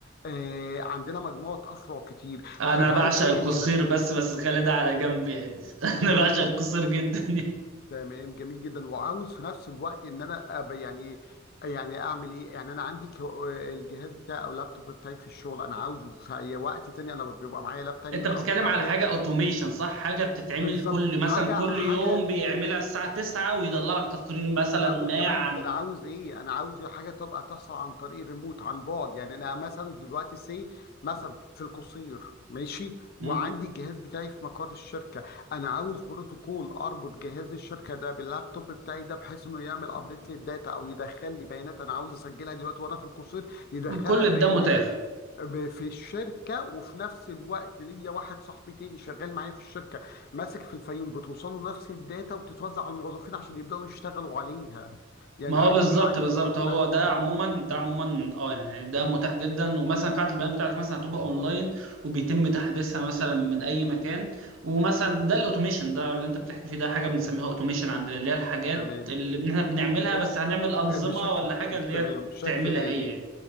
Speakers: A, on the left (about 50°); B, on the right (about 70°).
A: آه، عندنا مجموعة أفرع كتير
B: انا
A: فهل
B: بعشق
A: في
B: القصير
A: إمكانية
B: بس
A: أوف
B: بس خلي ده على جنب يعني <laughs>
A: ماشي
B: انا بعشق القصير جدا <laughs>
A: تمام جميل جدا وعاوز في نفس الوقت ان انا أبقى يعني إيه، يعني اعمل ايه يعني انا عندي كو- الجهاز بتاعي او اللابتوب بتاعي في الشغل انا عاوزه في اي وقت تاني انا بيبقى معايا لاب تاني
B: انت
A: او
B: بتتكلم
A: تابلت
B: على حاجه اوتوميشن صح حاجه بتتعمل
A: بالظبط
B: كل مثلا
A: حاجه
B: كل
A: حاجه
B: يوم بيعملها الساعه 9 ويطلع لك تقرير مثلا
A: لا
B: ما
A: وكمان
B: عن
A: ده انا عاوز ايه انا عاوز حاجه تبقى تحصل عن طريق الريموت عن بعد يعني انا مثلا دلوقتي سي مثلا في القصير ماشي
B: مم.
A: وعندي الجهاز بتاعي في مقر الشركه انا عاوز بروتوكول اربط جهاز الشركه ده باللابتوب بتاعي ده بحيث انه يعمل ابديت للداتا او يدخل لي بيانات انا عاوز اسجلها دلوقتي وانا في القصير يدخلها
B: كل
A: بيانات
B: ده متاح
A: ب- في الشركه وفي نفس الوقت ليا واحد صاحبي تاني شغال معايا في الشركه ماسك في الفيوم بتوصله نفس الداتا وبتتوزع على الموظفين عشان يبدأوا يشتغلوا عليها يعني
B: ما هو
A: حاجة
B: بالظبط
A: مش عندي
B: بالظبط
A: وبس
B: هو ده عموما ده عموما اه يعني ده متاح جدا ومثلا قاعة البيانات بتاعتك مثلا هتبقى اونلاين وبيتم تحديثها مثلا من اي مكان ومثلا ده الاوتوميشن ده اللي انت بتحكي فيه ده حاجة بنسميها اوتوميشن عند اللي هي الحاجات
A: تمام
B: اللي احنا بنعملها
A: ال-
B: بس هنعمل انظمة
A: بشكل
B: ولا حاجة اللي
A: تمام
B: هي
A: شكل
B: تعملها
A: آلي
B: هي